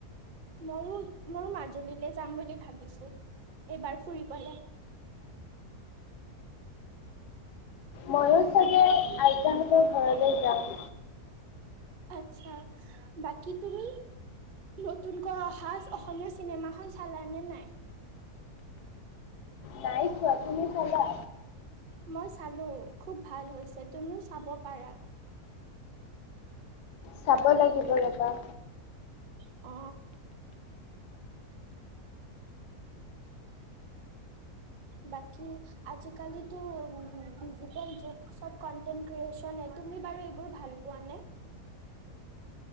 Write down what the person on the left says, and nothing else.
ময়ো চাগে আইতাহঁতৰ ঘৰলে যাম
নাই চোৱা, তুমি চালা?
চাব লাগিব ৰ'বা